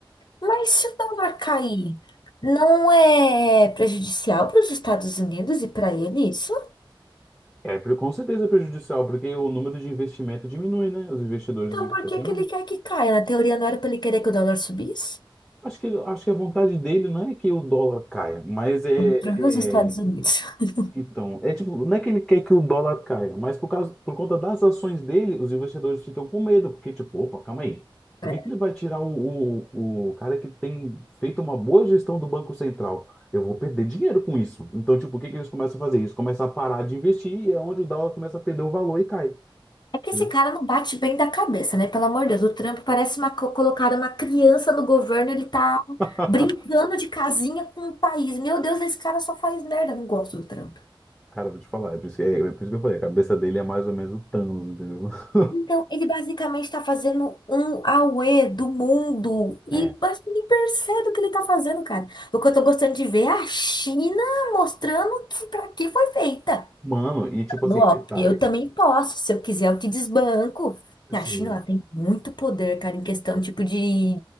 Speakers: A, on the left (about 55°); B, in the centre.
A: mas se o dólar cair, não é prejudicial para os Estados Unidos e para ele isso?
B: É, pre- com certeza é prejudicial, porque o número de investimento diminui, né? Os investidores
A: Então
B: de crescem
A: por que que ele quer que caia? Na teoria não era para ele querer que o dólar subisse?
B: Acho que, acho que a vontade dele não é que o dólar caia, mas é,
A: Ele trouxe os Estados
B: é,
A: Unidos. <laughs>
B: Então, é tipo, não é que ele quer que o dólar caia, mas por causa, por conta das ações dele, os investidores ficam com medo, porque, tipo, opa, calma aí. Por
A: É
B: que que ele vai tirar o, o, o cara que tem feito uma boa gestão do Banco Central? Eu vou perder dinheiro com isso. Então, tipo, o que que eles começam a fazer? Eles começam a parar de investir e é onde o dólar começa a perder o valor e cai.
A: É que
B: entendeu?
A: esse cara não bate bem da cabeça, né? Pelo amor de Deus, o Trump parece uma, co- colocaram uma criança no governo, ele tá
B: <laughs>
A: brincando de casinha com o país. Meu Deus, esse cara só faz merda. Não gosto do Trump.
B: Cara, eu vou te falar, é por isso que, é, é por isso que eu falei, a cabeça dele é mais ou menos o Thanos, entendeu? <laughs>
A: Então, ele basicamente está fazendo um auê do mundo. E
B: É.
A: acho que nem percebe o que ele está fazendo, cara. O que eu tô gostando de ver é a China mostrando que para que foi feita.
B: Mano, e tipo assim,
A: Falando,
B: detalhe,
A: Ó, eu também posso. Se eu quiser, eu te desbanco.
B: assim,
A: E A China, ela tem muito poder, cara, em questão, tipo, de...